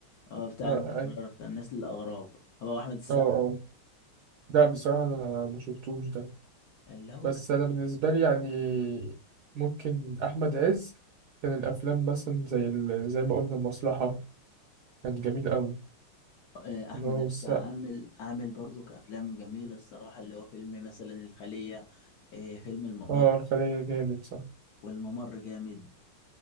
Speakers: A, on the left; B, on the right.
A: اه بتاع
B: لا اي
A: المقرر كان نسل الاغراب هو احمد السقا
B: اه اه لا بصراحة انا ما شفتوش ده
A: اللي هو
B: بس
A: كان
B: انا بالنسبة
A: آه،
B: لي يعني ممكن احمد عز كان الافلام مثلا زي ال... زي ما قلنا المصلحة كان جميل قوي
A: آه، احمد
B: كان هو
A: عز
B: والسقا
A: عامل عامل برضو كافلام جميله الصراحه اللي هو فيلم مثلا الخليه آه، فيلم الممر
B: اه الخلية جامد صح
A: والممر جامد